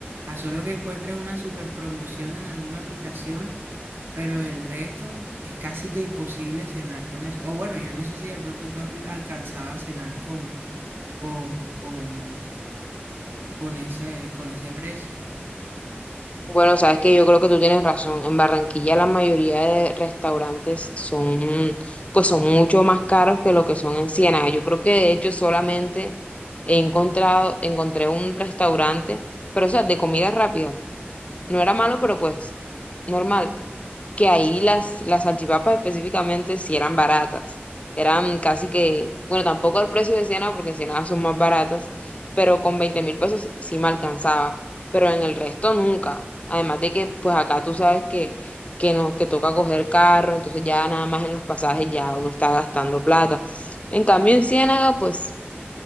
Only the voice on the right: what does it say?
a solo que encuentres una super promoción en alguna aplicación, pero el resto es casi que imposible cenar con eso. O bueno, yo no sé si de pronto tú has alcanzado a cenar con, con, con, con ese, con ese precio.